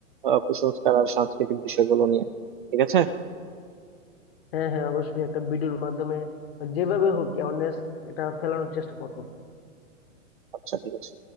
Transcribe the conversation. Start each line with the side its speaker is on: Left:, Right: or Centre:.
Right: আহ, কুসংস্কার আর সাংস্কৃতিক বিষয়গুলো নিয়ে ঠিক আছে
Left: হ্যাঁ হ্যাঁ অবশ্যই একটা ভিডিওর মাধ্যমে বা যেভাবে হোক অ্যাওয়ারনেস এটা ফেলানোর চেষ্টা করবো
Right: আচ্ছা ঠিক আছে